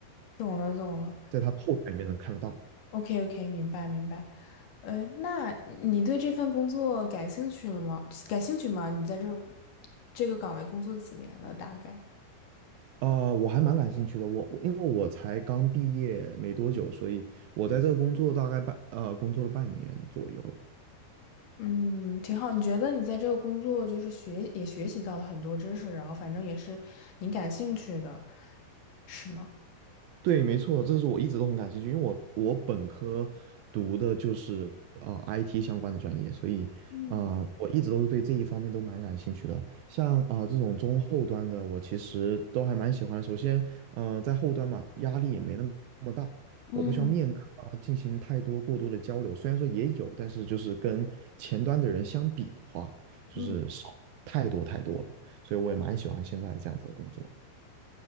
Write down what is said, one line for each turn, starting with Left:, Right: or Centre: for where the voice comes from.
Left: 懂了，懂了。
Right: 在他后台里面能看得到。
Left: OK，OK，明白，明白。呃，那你对这份工作感兴趣了吗？感兴趣吗？你在这儿这个岗位工作几年了？大概？
Right: 啊、我还蛮感兴趣的。我我因为我才刚毕业没多久，所以我在这个工作大概半呃工作了半年左右。
Left: 嗯，挺好。你觉得你在这个工作就是学也学习到了很多知识，然后反正也是你感兴趣的，是吗？
Right: 对，没错，这个是我一直都很感兴趣，因为我我本科读的就是啊、呃 IT 相关的专业，所以啊、
Left: 嗯
Right: 呃我一直都是对这一方面都蛮感兴趣的。像啊、呃这种中后端的，我其实都还蛮喜欢的。首先，嗯、在后端嘛，压力也没那么那么大，
Left: 嗯。
Right: 我不需要面课啊进行太多过多的交流。虽然说也有，但是就是跟前端的人相比的话，就是少太多太多了。
Left: 嗯。
Right: 所以我也蛮喜欢现在这样子的工作。